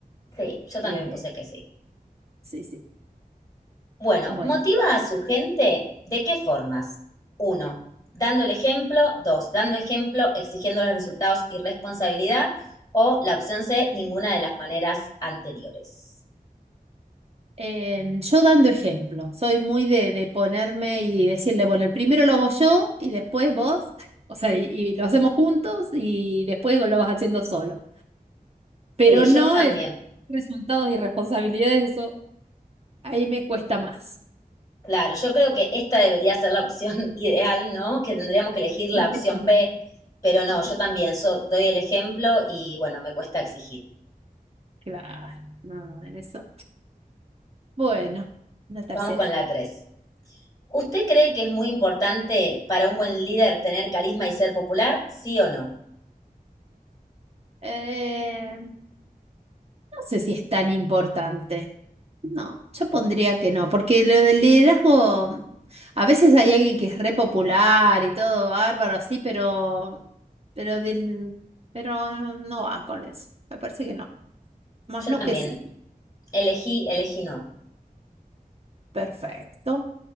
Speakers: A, on the left (about 25°); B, on the right (about 40°).
A: Sí, yo
B: Eh,
A: también puse que sí.
B: sí, sí.
A: Bueno,
B: Bueno,
A: motiva a su gente de qué formas. Uno, dando el ejemplo. Dos, dando ejemplo, exigiendo los resultados y responsabilidad. O la opción C, ninguna de las maneras anteriores.
B: em, yo dando ejemplo, soy muy de, de ponerme y decirle, bueno, el primero lo hago yo y después vos, <laughs> o sea, y, y lo hacemos juntos y después lo vas haciendo solo. Pero
A: Sí, yo
B: no
A: también.
B: el de resultados y responsabilidades, eso ahí me cuesta más.
A: Claro, yo creo que esta debería ser la opción <laughs> ideal, ¿no? Que tendríamos que elegir la
B: <laughs>
A: opción B, pero no,
B: Sí.
A: yo también so- doy el ejemplo y bueno, me cuesta exigir.
B: Claro, no, no, en eso. Bueno, la tercera.
A: Vamos con la 3. ¿Usted cree que es muy importante para un buen líder tener carisma y ser popular? ¿Sí o no?
B: Eh, no sé si es tan importante. No, yo pondría que no, porque lo del liderazgo, a veces hay alguien que es re popular y todo bárbaro así, pero, pero del, pero no va con eso. Me parece que no. Más
A: Yo
B: no
A: también
B: que sí.
A: elegí, elegí no.
B: Perfecto.